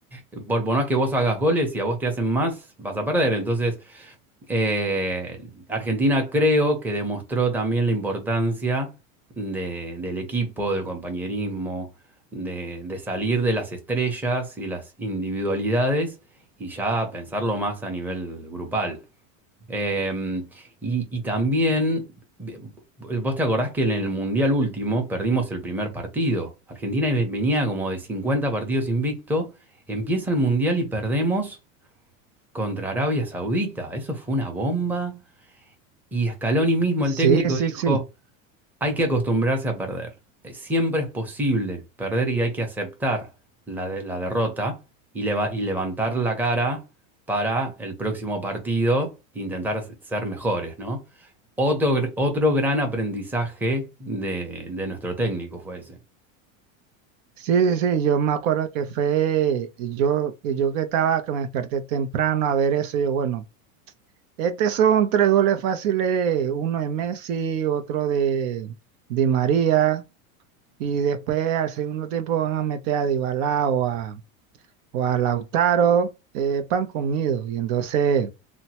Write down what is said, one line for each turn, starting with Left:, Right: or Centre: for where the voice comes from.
Centre: eh, por, por más que vos hagas goles y a vos te hacen más, vas a perder. Entonces, eh, Argentina creo que demostró también la importancia de- del equipo, del compañerismo, de, de salir de las estrellas y las individualidades y ya pensarlo más a nivel grupal. Eh, y, y también, ve- vos te acordás que en el Mundial último perdimos el primer partido. Argentina ve- venía como de 50 partidos invicto, empieza el Mundial y perdemos contra Arabia Saudita. Eso fue una bomba. Y Scaloni mismo,
Right: Sí,
Centre: el técnico,
Right: sí,
Centre: dijo,
Right: sí.
Centre: hay que acostumbrarse a perder. Eh, Siempre es posible perder y hay que aceptar la, de- la derrota y, leva- y levantar la cara para el próximo partido, e intentar s- ser mejores, ¿no? Otro, gr- otro gran aprendizaje de, de nuestro técnico fue ese.
Right: Sí, sí, sí, yo me acuerdo que fue, yo, yo que estaba, que me desperté temprano a ver eso, yo, bueno, estos son tres goles fáciles, uno de Messi, otro de Di María, y después al segundo tiempo van a meter a Dybala o a, o a Lautaro, eh, pan comido, y entonces